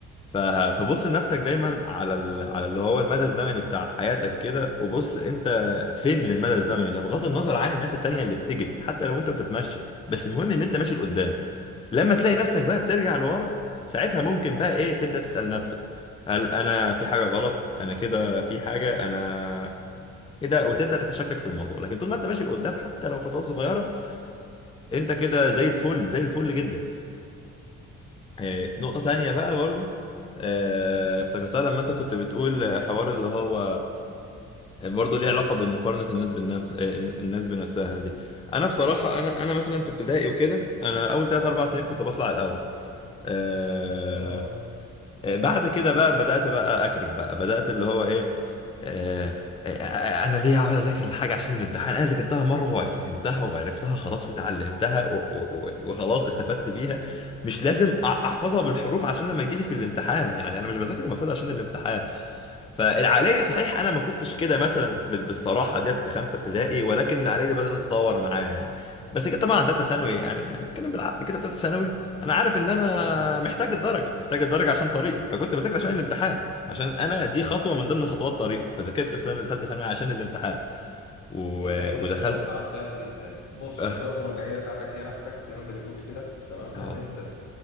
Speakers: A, on the left; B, on the left.
A: ف- فبص لنفسك دايما على ال- على اللي هو المدى الزمني بتاع حياتك كده وبص انت فين من المدى الزمني ده بغض النظر عن الناس التانية اللي بتجري حتى لو انت بتتمشى بس المهم ان انت ماشي لقدام لما تلاقي نفسك بقى بترجع لورا ساعتها ممكن بقى ايه تبدأ تسأل نفسك هل انا في حاجة غلط انا كده في حاجة انا كده وتبدأ تتشكك في الموضوع لكن طول ما انت ماشي لقدام حتى لو خطوات صغيرة انت كده زي الفل زي الفل جدا آه، نقطة
B: جامد
A: تانية بقى برضو آه، افتكرتها لما انت كنت بتقول حوار اللي هو برضه ليه علاقة بمقارنة الناس بالنفس آه، الناس بنفسها دي انا بصراحة انا انا مثلا في ابتدائي وكده انا اول 3 4 سنين كنت بطلع الاول آه،
B: اه
A: آه، بعد كده بقى بدأت بقى أكرف بقى بدأت اللي هو إيه آه، آه، آه، أنا ليه أقعد أذاكر الحاجة عشان الامتحان أنا ذاكرتها مرة وفهمتها وعرفتها خلاص وتعلمتها و- و- و- وخلاص استفدت بيها مش لازم أ- أحفظها بالحروف عشان لما يجيلي في الامتحان يعني أنا مش بذاكر المفروض عشان الامتحان فالعقليه دي صحيح انا ما كنتش كده مثلا بال- بالصراحه ديت في خمسه ابتدائي ولكن العقليه دي بدات تتطور معايا يعني بس كده طبعا عن ثالثه ثانوي يعني هنتكلم بالعقل كده ثالثه ثانوي
B: اه
A: انا عارف ان انا
B: <laughs> اخ
A: محتاج الدرجه محتاج الدرجه عشان طريقي فكنت بذاكر عشان الامتحان عشان انا دي خطوه
B: فاهم
A: من ضمن
B: فاهم
A: خطوات طريقي فذاكرت في سنه ثالثه ثانوي عشان الامتحان و...
B: والله
A: ودخلت
B: انت شخص عقلاني جدا بص
A: اه
B: لو المرجعيه بتاعتك هي نفسك زي ما انت بتقول لي كده تمام
A: آه،
B: يعني انت